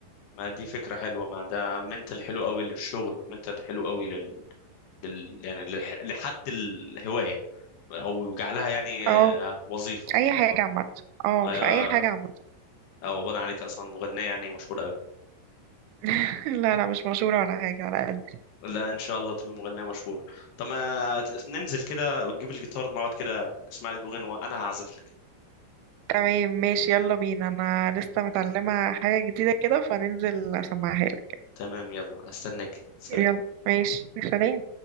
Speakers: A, on the left; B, on the right.
A: ما دي فكرة حلوة ما ده منتل حلو قوي للشغل ومنتل حلو قوي لل... لل... يعني لح... لحد الهواية او جعلها يعني آه،
B: أه
A: وظيفه
B: أي حاجة
A: آه،
B: عامة أه
A: آه،
B: في أي حاجة عامة
A: او ابعد عنك اصلا مغنيه يعني مشهوره قوي
B: <laughs> لا لا مش مشهورة ولا حاجة على قد
A: لا ان شاء الله تبقى مغنيه مشهوره طب ما ت- ننزل كده وتجيب الجيتار نقعد كده نسمع لك اغنيه وانا هعزف لك
B: تمام ماشي يلا بينا أنا لسه متعلمة حاجة جديدة كده فننزل أسمعها لك
A: تمام يلا استناك سلام
B: يلا ماشي سلام